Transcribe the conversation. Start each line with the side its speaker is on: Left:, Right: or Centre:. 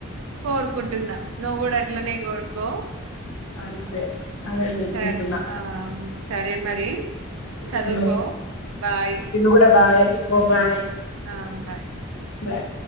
Right: కోరుకుంటున్నా నువ్వు కూడా అట్లనే కోరుకో
Left: అంతే అదే కోరుకుంటున్నా
Right: సరే ఆ సరే మరి
Left: <unintelligible>
Right: చదువుకో బాయ్
Left: కూడా బాగ ఓ బాయ్
Right: ఆ బాయ్
Left: బాయ్